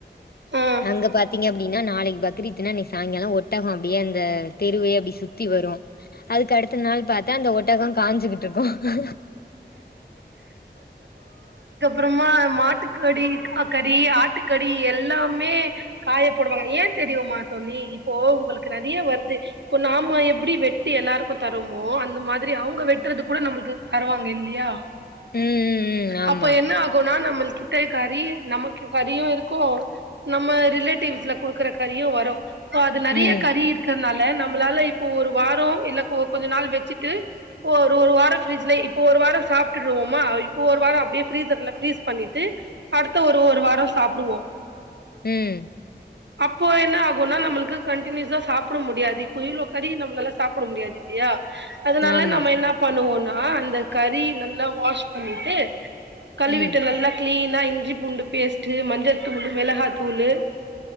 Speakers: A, on the right; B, on the left.
A: ஆ
B: அங்க பாத்தீங்கப் நீங்க நாளைக்கு பக்கிரித்துன இன்னைக்கு சாயங்காலம் ஒ தவமட்டியன் ம் தெருவு அப்டி சுத்தி வரும் அதுக்கு அடுத்த நாள் பாத்தா அந்த ஒட்டகம் காஞ்சுகிட்டு இருக்கும் ஆ
A: அப்புறமா மாட்டுக்கடி கறி ஆட்டுக்கடி எல்லாமே காயப்பெடுவாங்க ஏன் தெரியுமா தோழி இப்போ உங்களுக்கு நிறைய வருது இப்போ நாம எப்படி வெட்டு எல்லாருக்கும் தரமோ அந்த மாதிரி அவங்க வெட்டுறது கூட நம்மளுக்கு வருவாங்க இல்லையா
B: ம் ம் ம்
A: அப்ப
B: ஆமா
A: என்ன ஆகும்னா நம்மளுக்கு கித்தை கறி நமக்கு கறியோ இருக்கோ நம்ம ரிலேட்டிவ்ஸ்ல குடுக்குற கறியும் வரும் இப்போ அது நறிய
B: ம்
A: கறி இருக்க ருதுனால நம்மளால இப்போ ஒரு வாரோ இல்ல கொஞ்ச நாள் வெச்சுட்டு ஒரு ஒரு வாரோ ஃப்ரிஜ்ல இப்போ ஒரு வாரோ சாப்டுடுவோமா இப்போ ஒரு வாரோ அப்டியே ஃப்ரீசர்ல ஃப்ரீஸ் பண்ணிட்டு அடுத்த ஒரு ஒரு வாரம் சாப்டுவோம்
B: உம்
A: அப்போ என்ன ஆகுன்னா நம்மளுக்கு கண்டினுயூஸா சாப்புட முடியாது இப்போ இவ்ளோ கறி நம்மளால சாப்புட முடியாது இல்லையா அதனால
B: ஆமா
A: நம்ம என்ன பண்ணுவோன்னா ஆஹ் அந்த கறி நல்லா வாஷ் பண்ணிட்டு களிவிட்டு
B: ம்
A: நல்லா கிளீன் நல்லா இஞ்சி பூண்டு பேஸ்ட்டு மஞ்சத்தூளு மிளகாத்தூளு